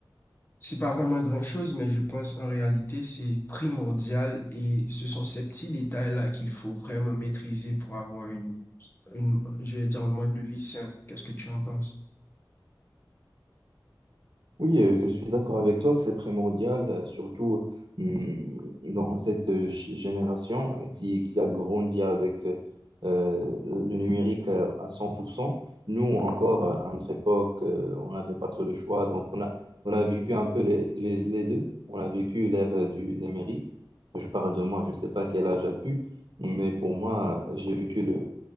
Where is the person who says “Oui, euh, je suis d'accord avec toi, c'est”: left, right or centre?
Right